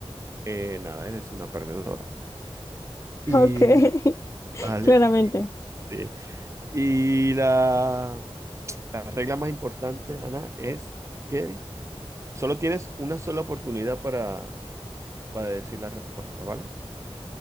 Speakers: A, on the right; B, on the left.
A: eh, nada, eres una perdedora. Y
B: ok, <laughs>
A: vale.
B: claramente.
A: Y, sí. Y la, la regla más importante, Ana, es que solo tienes una sola oportunidad para, para decir la respuesta, ¿vale?